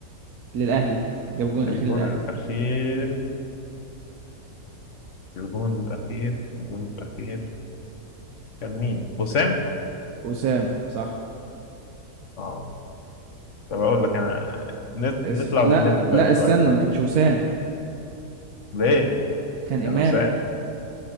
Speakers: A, on the right; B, on the left.
A: للأهلي جاب الجون الأخير
B: الجون
A: للأهلي
B: الأخير الجون الأخير الجون الأخير كان مين؟ حسام؟
A: وسام صح
B: اه طب اقول لك انا نت...
A: اسف
B: نطلع
A: لا
B: بالليفل بقى
A: لا
B: شويه
A: استنى ما كانش وسام
B: ليه
A: كان إمام
B: كان مساء